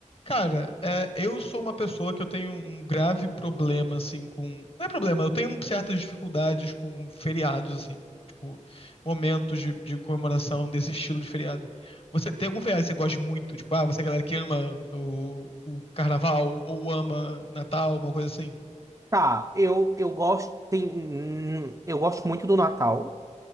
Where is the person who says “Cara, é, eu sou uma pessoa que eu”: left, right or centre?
Left